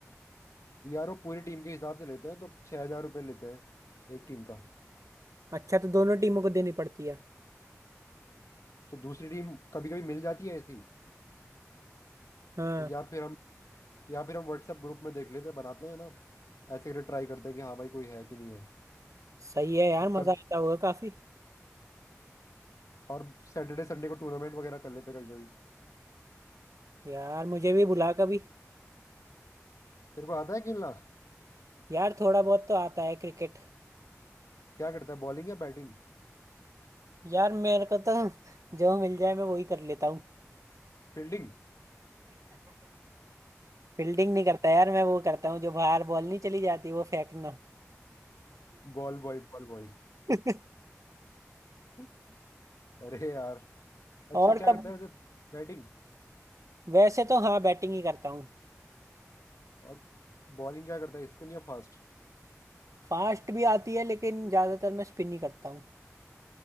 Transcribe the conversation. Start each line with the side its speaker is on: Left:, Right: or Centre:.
Left: यार वो पूरी टीम के हिसाब से लेते हैं तो छह हजार रुपये लेते हैं एक टीम का
Right: अच्छा तो दोनों टीमों को देनी पड़ती है
Left: तो दूसरी टीम कभी कभी मिल जाती है ऐसी
Right: हाँ
Left: या फिर हम या फिर हम व्हाट्सएप ग्रुप में देख लेते हैं बनाते हैं ना ऐसे करके ट्राई करते हैं कि हाँ भाई कोई है कि नहीं है
Right: सही है यार
Left: तो
Right: मजा
Left: कब
Right: आता होगा काफी
Left: और सैटरडे संडे को टूर्नामेंट वगैरह कर लेते हैं कभी कभी
Right: यार मुझे भी बुला कभी
Left: तेरे को आता है खेलना
Right: यार थोड़ा बहुत तो आता है क्रिकेट
Left: क्या करता है बॉलिंग या batting
Right: यार मेरे को तो जो मिल जाए मैं वही कर लेता हूँ
Left: Fielding
Right: फील्डिंग नहीं करता यार मैं वो करता हूँ जो बाहर बॉल नहीं चली जाती वो फेंकना
Left: Ball boy ball boy
Right: <laughs>
Left: <laughs> अरे यार अच्छा
Right: और
Left: क्या
Right: कब
Left: करता है वैसे बैटिंग
Right: वैसे तो हाँ बैटिंग ही करता हूँ
Left: और बॉलिंग क्या करता है स्पिन या फास्ट
Right: फास्ट भी आती है लेकिन ज्यादातर मैं स्पिन ही करता हूँ